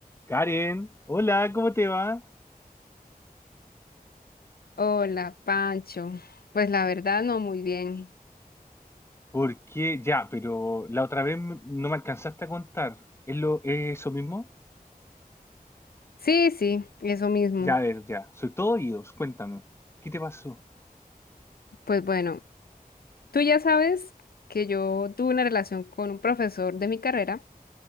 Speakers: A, on the left; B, on the left.
A: Karen, hola, ¿cómo te va?
B: Hola, Pancho. Pues la verdad no muy bien.
A: Porque Ya, pero la otra vez m- no me alcanzaste a contar. ¿Es lo, es eso mismo?
B: Sí, sí, eso mismo.
A: Ya, a ver, ya. Soy todo oídos, cuéntame. ¿Qué te pasó?
B: Pues bueno, tú ya sabes que yo tuve una relación con un profesor de mi carrera